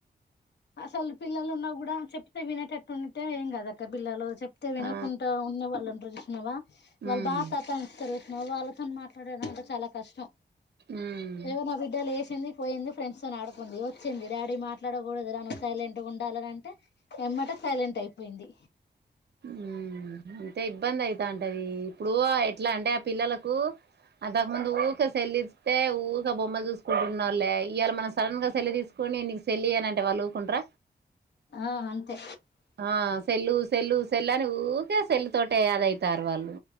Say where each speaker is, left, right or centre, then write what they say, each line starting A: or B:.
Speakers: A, on the left; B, on the right.
A: అసలు పిల్లలు ఉన్నా కూడా చెప్తే వినేటట్టు ఉంటే ఏం కాదక్క పిల్లలు చెప్తే వినకుండా
B: ఆ
A: ఉన్న వాళ్ళంటరు చూసినవా వాళ్ళు
B: ఉమ్
A: బా సతా ఇంచుతరు నువ్వు వాళ్ళతోని మాట్లాడాలంటే చాలా కష్టం
B: ఉమ్
A: ఇగో నా బిడ్డ లేచింది పోయింది ఫ్రెండ్స్ తోని ఆడుకుంది వచ్చింది డాడీ మాట్లాడకూడదు రా నువు సైలెంట్గా ఉండాలని అని అంటే ఎమ్మటే సైలెంట్ అయిపోయింది
B: ఊ అంతే ఇబ్బంది అయితంటది ఇప్పుడు ఎట్లా అంటే ఆ పిల్లలకు అంతకు ముందు ఊకె సేల్లి ఇస్తే ఊకె బొమ్మలు చూసుకుంటున్నోలే ఇయాళ మనం సడన్ గా సెల్లు తీసుకుంటే ఇపుడు నేన్ నీకు సెల్లియనంటే వాళ్ళుకుంట్ర
A: ఆ అంతే
B: ఆ సెల్లు సెల్లు సెల్లు అని ఊకే సెల్ తోటె అదయితరు వాళ్ళు